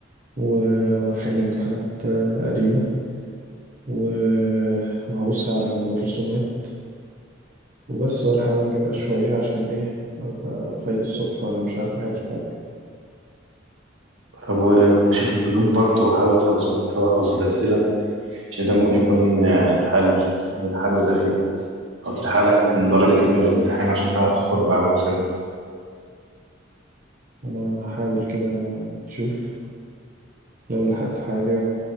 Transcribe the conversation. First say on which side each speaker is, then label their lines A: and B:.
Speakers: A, on the right; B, on the right.
A: و- وهحل امتحانات آه، قديمة و- وهبص على الرسومات وبس والحق أنام لي بقى شوية عشان إيه أبقى فايق الصبح وأنا مش عارف أحل حاجة
B: طب وبشوف البنوك برضه وأحاول تبصمهم فيها وأحفظ الأسئلة عشان ده ممكن يكون آه، آخر حل الحل الأخير أو تلحق لك كم درجة كده من الامتحان عشان تعرف تدخل بقى مثلا
A: أنا هحاول كده أشوف لو لحقت حاجة